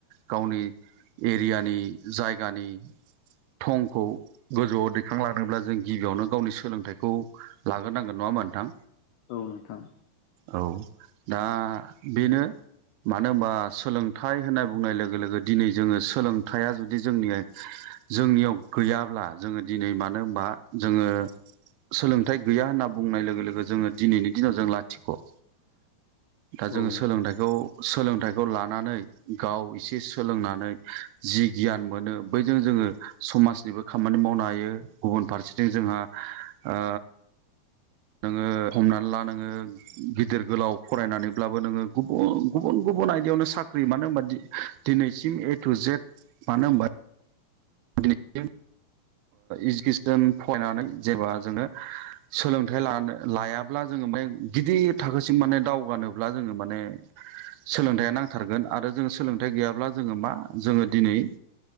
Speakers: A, on the right; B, on the left.
A: गावनि एरियानि जायगानि थंखौ गोजौआव दैखांलांनोब्ला जों गिबियावनो गावनि सोलोंथाइखौ लाग्रोनांगोन नङा मोन नोंथां?
B: औ नोंथां।
A: औ दा बेनो मानो होनबा सोलोंथाइ होनना बुंनाय लोगो लोगो दिनै जोङो सोलोंथाइया जुदि जोंनि जोंनियाव गैयाब्ला जोङो दिनै मानो होनबा जोङो सोलोंथाइ गैया होनना बुंनाय लोगो लोगो जोङो दिनैनि दिनाव जों लाथिख'। दा जोङो
B: औ
A: सोलोंथाइखौ सोलोंथाइखौ लानानै गाव एसे सोलोंनानै जि गियान मोनो बैजों जोङो समाजनिबो खामानि मावनो हायो गुबुन फारसेथिं जोंहा ओ नोङो हमनानै ला नोङो गिदिर गोलाव फरायनानैब्लाबो नोङो गुबुन गुबुन गुबुन आयदायावनो साख्रि मानो होनबा दि दिनैसिम ए टु जेद मानो होनबा आदि <unintelligible> इजुकेसन फरायनानै जेबा जोङो सोलोंथाइ लानो लायाब्ला जोङो माने गिदिर थाखोसिम माने दावगानोब्ला जोङो माने सोलोंथाइया नांथारगोन आरो जोङो सोलोंथाइ गैयाब्ला जोङो मा जोङो दिनै